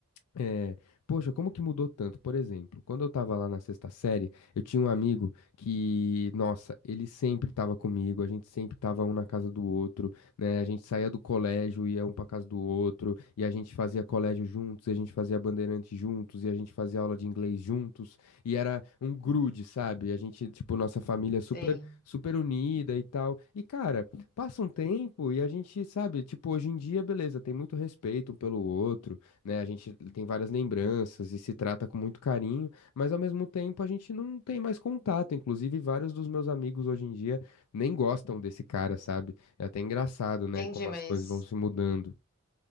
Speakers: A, on the left; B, on the left.
A: É, poxa, como que mudou tanto? Por exemplo, quando eu tava lá na sexta série, eu tinha um amigo que, nossa, ele sempre tava comigo, a gente sempre tava um na casa do outro, né? A gente saía do colégio, ia um pra casa do outro, e a gente fazia colégio juntos, e a gente fazia bandeirante juntos, e a gente fazia aula de inglês juntos, e era um grude, sabe? A gente, tipo, nossa família super,
B: Sei.
A: super unida e tal. E, cara, passa um tempo e a gente, sabe, tipo, hoje em dia, beleza, tem muito respeito um pelo outro né? A gente tem várias lembranças e se trata com muito carinho, mas ao mesmo tempo a gente não tem mais contato. Inclusive, vários dos meus amigos hoje em dia nem gostam desse cara, sabe? É até engraçado, né?
B: Entendi,
A: Como
B: mas.
A: as coisas vão se mudando.